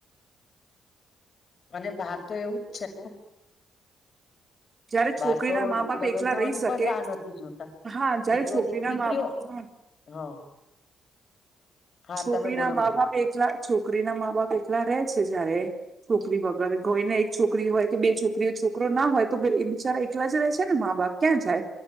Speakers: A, on the left; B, on the right.
A: અને બાહર તો એવું જ છે ને.
B: જયારે છોકરીના
A: બહાર તો
B: મા બાપ
A: લગ્ન
B: એકલા
A: થવાની
B: રય શકે
A: પણ રાહ નથી જોતા
B: હા, જયારે
A: દીકરો
B: છોકરી
A: દી
B: ના
A: દીકરીઓ
B: મા <unintelligible>
A: હ. હા
B: છોકરીના
A: તમે બોલો
B: મા
A: ભલે
B: બાપ એકલા, છોકરીના મા બાપ એકલા રે છે જારે છોકરી વગર કોઈને એક છોકરી હોય કે બે છોકરી, છોકરો ના હોય તો બે એ બિચારા એકલા જ રે છે ને મા બાપ. ક્યાં જાય